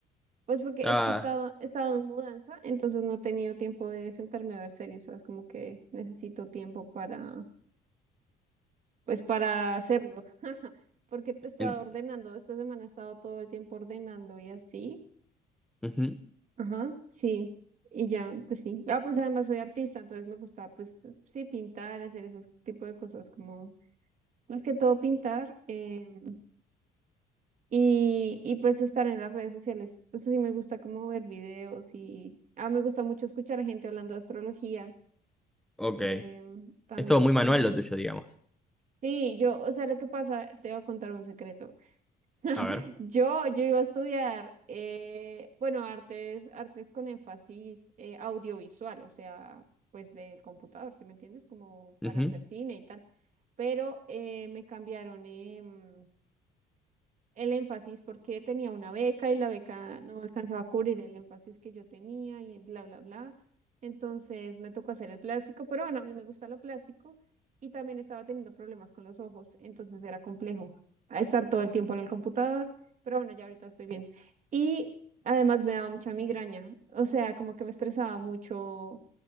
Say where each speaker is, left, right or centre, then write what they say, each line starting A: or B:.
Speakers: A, on the right (about 50°); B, in the centre.
A: Pues porque
B: Estás...
A: es que he estado, he estado en mudanza, entonces no he tenido tiempo de sentarme a ver series, ¿sabes? Como que necesito tiempo para, pues para hacerlo, <laughs> porque te he estado
B: en-
A: ordenando, esta semana he estado todo el tiempo ordenando y así,
B: Ujú,
A: ajá, sí, y ya, pues sí. Ah, pues además soy artista, entonces me gusta, pues sí, pintar, hacer ese tipo de cosas, como más que todo pintar, em, Y, y pues estar en las redes sociales. Eso sí me gusta como ver videos y ah, me gusta mucho escuchar a gente hablando de astrología
B: Ok.
A: em, también.
B: Es todo muy manual
A: O sea,
B: lo tuyo, digamos.
A: sí, yo, o sea, lo que pasa, te voy a contar un secreto. <laughs>
B: A ver.
A: Yo, yo iba a estudiar, eh, bueno, artes, artes con énfasis eh, audiovisual, o sea, pues del computador, si me entiendes? Como
B: Ujú,
A: para hacer cine y tal. Pero eh, me cambiaron. em, el énfasis porque tenía una beca y la beca no alcanzaba a cubrir el énfasis que yo tenía y bla, bla, bla. Entonces me tocó hacer el plástico, pero bueno, a mí me gusta lo plástico y también estaba teniendo problemas con los ojos, entonces era complejo a estar todo el tiempo en el computador, pero bueno, ya ahorita estoy bien. Y además me daba mucha migraña, o sea, como que me estresaba mucho